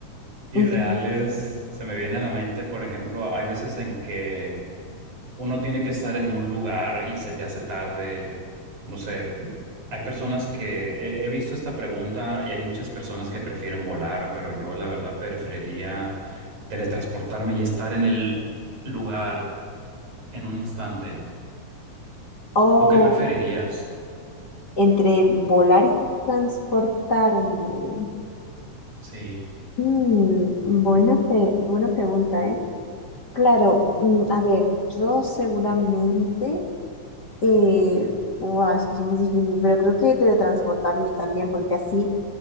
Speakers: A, on the right; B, on the left.
A: irreales,
B: Ujú.
A: se me viene a la mente, por ejemplo, hay veces en que uno tiene que estar en un lugar y se te hace tarde. No sé, hay personas que he, he visto esta pregunta y hay muchas personas que prefieren volar, pero yo la verdad preferiría teletransportarme y estar en el lugar en un instante.
B: Oh,
A: ¿Tú qué preferirías?
B: entre volar y transportarme.
A: Sí,
B: Mm, buena, pe- buena pregunta, ¿eh? Claro, mm, a ver, yo seguramente. Eh, buah, es que es muy difícil, pero creo que teletransportarme también, porque así